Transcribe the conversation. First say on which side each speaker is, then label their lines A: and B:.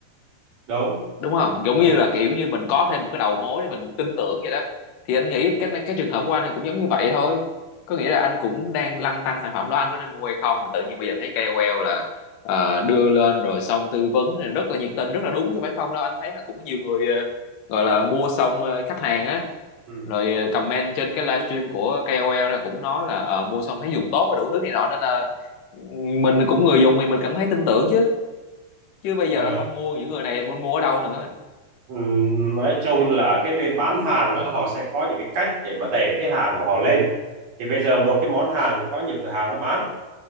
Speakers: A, on the right (about 50°); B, on the left (about 60°).
A: đúng
B: đúng không giống
A: đúng
B: như là kiểu như mình có thêm một cái đầu mối để mình tin tưởng vậy đó thì anh nghĩ cái cái trường hợp của anh cũng giống như vậy thôi có nghĩa là anh cũng đang lăn tăn sản phẩm đó anh có nên mua hay không mà tự nhiên bây giờ thấy KOL là ờ, đưa lên rồi xong tư vấn rồi rất là nhiệt tình rất là đúng chứ phải không đâu anh thấy là cũng nhiều người ờ, gọi là mua xong ờ, khách hàng á
A: Ừ.
B: rồi ờ, comment trên cái livestream của KOL là cũng nói là ờ, mua xong thấy dùng tốt và đủ thứ này nọ nên là mình cũng người dùng thì mình cảm thấy tin tưởng chứ chứ bây
A: Ờ,
B: giờ là không mua những người này muốn mua ở đâu nữa
A: ừ, nói chung là cái bên bán hàng đó, họ sẽ có những cái cách để mà đẩy cái hàng của họ lên thì bây giờ một cái món hàng cũng có nhiều cửa hàng nó bán